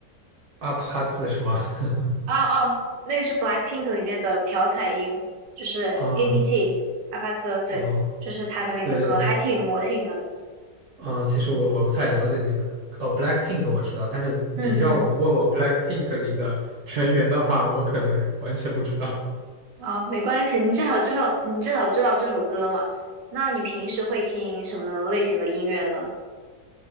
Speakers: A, on the right; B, on the right.
A: 阿帕字是吗？<laughs>
B: 哦哦，那个是 BLACKPINK 里面的朴彩英，就是
A: 嗯
B: APT 阿帕特，对，
A: 哦，
B: 就是他的那个歌，
A: 对，
B: 还挺有魔性的。
A: 嗯，其实我我不太了解那个哦，BLACKPINK 我知道，但是你让我问我
B: 嗯嗯，
A: BLACKPINK 里的成员的话，我可能完全不知道。
B: 哦，没关系，你至少至少你至少知道这首歌嘛。那你平时会听什么类型的音乐呢？